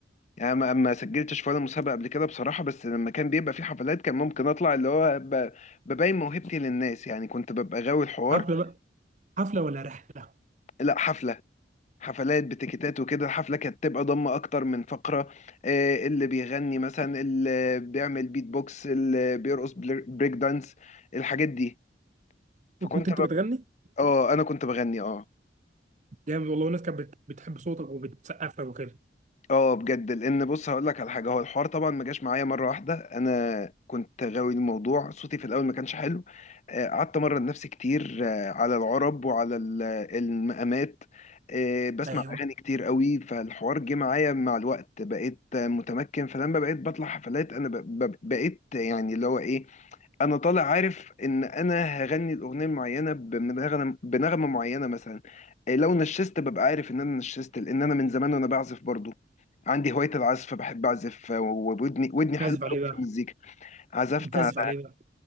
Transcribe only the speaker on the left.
يعني ما ما سجلتش في ولا مسابقة قبل كده بصراحة بس لما كان بيبقى في حفلات كان ممكن أطلع اللي هو ب- ببين موهبتي للناس يعني كنت ببقى غاوي الحوار
لا حفلة حفلات بتيكيتات وكده الحفلة كانت تبقى ضمة أكتر من فقرة آه، اللي بيغني مثلا اللي بيعمل بيت بوكس اللي بيرقص بلر- بريك دانس الحاجات دي فكنت
ببقى
اه أنا كنت بغني اه
اه بجد لان بص هقول لك على حاجه هو الحوار طبعا ما جاش معايا مره واحده انا كنت غاوي الموضوع صوتي في الاول ما كانش حلو آه، قعدت امرن نفسي كتير آه، على العرب وعلى ال- المقامات آه، بسمع
اغاني كتير قوي فالحوار جه معايا مع الوقت بقيت آه، متمكن فلما بقيت بطلع حفلات انا ب- ب- بقيت يعني اللي هو ايه انا طالع عارف ان انا هغني الاغنيه المعينه بنغمه بنغمه معينه مثلا إيه، لو نشست ببقى عارف ان انا نشست لان انا من زمان وانا بعزف برضو عندي هوايه العزف فبحب اعزف وودني ودني
حلوه
قوي
في المزيكا عزفت
على